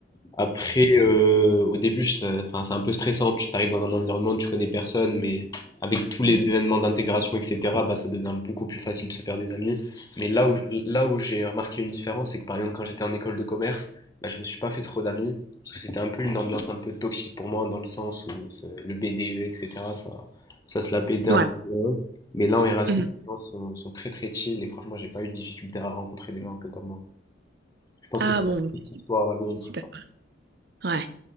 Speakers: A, on the left; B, on the right.
A: Après, euh, au début, ça- enfin, c'est un peu stressant. Tu arrives dans un environnement, tu connais personne, mais avec tous les
B: Mhm.
A: événements d'intégration, etc., bah, ça devient beaucoup plus facile de se faire des amis. Mais là où, là où j'ai remarqué une différence, c'est que par exemple, quand j'étais en école de commerce, bah, je me suis pas fait trop d'amis, parce que c'était un peu une ambiance un peu toxique pour moi, dans le sens où c'est- le BDE, etc., ça, ça se la pétait
B: Ouais.
A: un peu. Mais là, en Erasmus,
B: Mhm.
A: les gens sont, sont très très chill, et franchement, j'ai pas eu de difficulté à rencontrer des gens un peu comme moi. Je pense
B: Ah
A: que c'est
B: bon,
A: la même
B: ok.
A: chose pour toi à Londres.
B: super. Ouais.